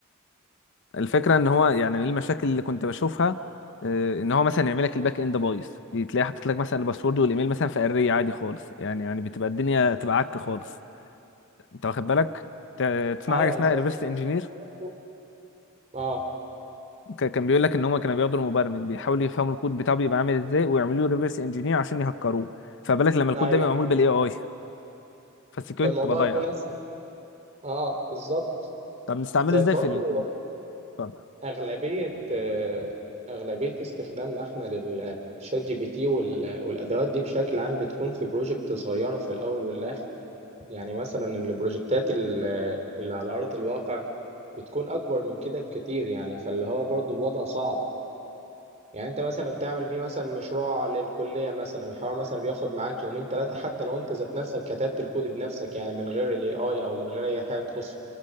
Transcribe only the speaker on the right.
ايوه
زي
زي برضه اه
ايوه
فالموضوع
يكون اسهل اه بالظبط
زائد
برضه
أغلبية آه، أغلبية استخدامنا احنا لل- للشات جي بي تي وال- والأدوات دي بشكل عام بتكون في بروجكت صغيرة في الأول والآخر يعني مثلا البروجكتات ال- اللي على أرض الواقع بتكون أكبر من كده بكتير يعني فاللي هو برضو الوضع صعب يعني انت مثلا بتعمل بيه مثلا مشروع للكلية مثلا الحوار مثلا بياخد معاك يومين ثلاثة حتى لو انت ذات نفسك كتبت الكود بنفسك يعني من غير الاي اي او من غير اي حاجة تخصه